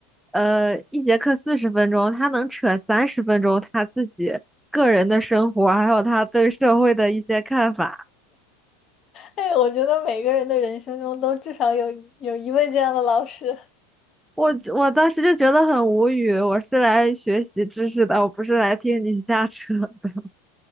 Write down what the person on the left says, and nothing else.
哎，我觉得每个人的人生中都至少有有一位这样的老师。